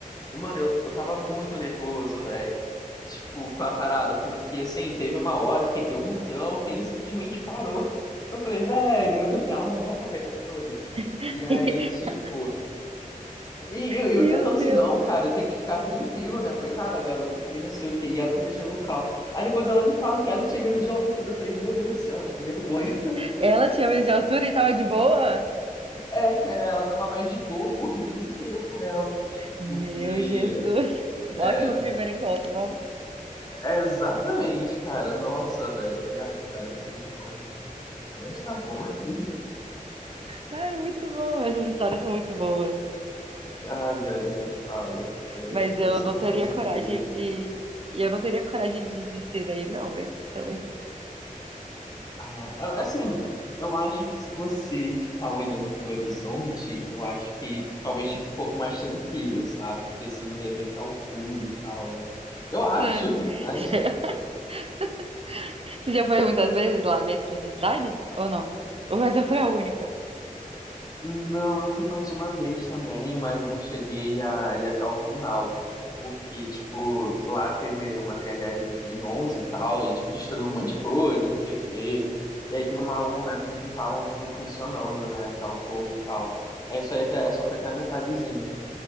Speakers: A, on the left (about 25°); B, on the right (about 40°).
A: E, mano, eu, eu tava muito nervoso, velho. Tipo, com a parada, porque assim, teve uma hora que deu um tranco e ele simplesmente parou. Eu falei, velho, <laughs> minha alma morreu ali.
B: <laughs>
A: E aí, tipo. E eu, eu
B: Meu
A: tentando assim,
B: Deus.
A: não, cara, eu tenho que ficar tranquilo, né? Coitada da garota aqui, não sei o quê. E ela tá me deixando calmo. Aí depois ela me fala que ela que tinha medo de altura. Eu falei, meu Deus do céu, que vergonha. <laughs>
B: Ela tinha medo de altura e tava de boa?
A: É, é, ela tava mais de boa por mim do que eu por ela.
B: Meu
A: Porque,
B: Jesus. Ótimo
A: é,
B: primeiro encontro, não?
A: é exatamente, cara. Nossa, velho. Eu falei, ai, cara, misericórdia. Mas tá bom. <laughs>
B: Cara, muito bom. Essas histórias são muito boas.
A: Ai, velho, eu nem falo. né, É,
B: Mas eu
A: coisas
B: não
A: só acontecem
B: teria coragem
A: comigo às
B: de.
A: vezes.
B: e Eu não teria coragem de descer daí, não, hein? Então, hein?
A: Ah, assim, eu acho que se você ficar olhando pro horizonte, eu acho que talvez fique um pouco mais tranquilo, sabe? Porque você não vê meio que a altura e tal, né? Eu acho,
B: Isso é-
A: <laughs> mas.
B: isso é- <laughs> Você já foi muitas vezes lá nesse, nessa cidade? Ou não? Ou essa foi a única?
A: Não, eu fui mais uma vez também, mas eu não cheguei a ir até o final. Porque, tipo, lá teve uma tragédia em 2011 e onze e tal, e, tipo, destruiu um monte de coisa, não sei o quê. E aí teve uma- um momento que eles não estavam, tipo, funcionando, né, até o topo e tal. Aí só, ia até, só foi até a metadezinha.